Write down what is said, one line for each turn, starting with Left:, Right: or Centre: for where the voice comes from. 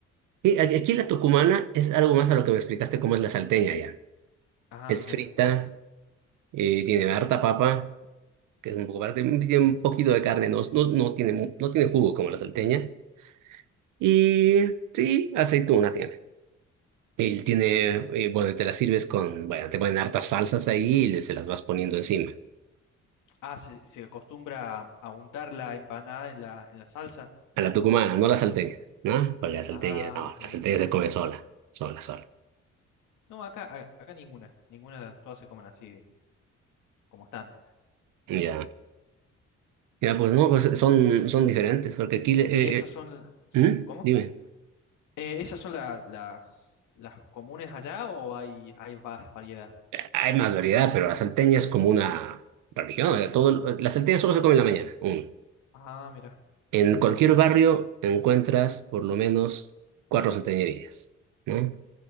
Right: Y a- aquí la
Left: Bo-
Right: tucumana es algo más a lo que me explicaste cómo es la salteña ya.
Left: ah,
Right: Es
Left: mira.
Right: frita, eh, tiene harta papa, que es un poco parte, tiene un poquito de carne, no, no, no tiene, mu- no tiene jugo como la salteña. Y sí, aceituna tiene. Y tiene, eh, bueno, te la sirves con, bueno, te ponen hartas salsas ahí y le- se las vas poniendo encima.
Left: Ah, se, se acostumbra a, a untar la empanada en la, en la salsa.
Right: A la tucumana, no a la salteña, ¿no? Porque la salteña,
Left: Ah,
Right: no,
Left: ok,
Right: la salteña
Left: ok.
Right: se come sola, sola, sola.
Left: No, acá, a- acá ninguna, ninguna, todas se comen así como están.
Right: Ya. Ya, pues no, pues son, son diferentes, porque aquí, le-
Left: Y esas
Right: eh,
Left: son, la- sí,
Right: eh, ¿Mm?
Left: ¿cómo?
Right: Dime,
Left: Eh, ¿esas son las, las, las comunes allá o hay, hay más variedad?
Right: hay más variedad, pero la salteña es como una religión, o sea, todo, la salteña solo se come en la mañana. uno.
Left: Ah, mira,
Right: En cualquier barrio encuentras por lo menos cuatro salteñerías, ¿no?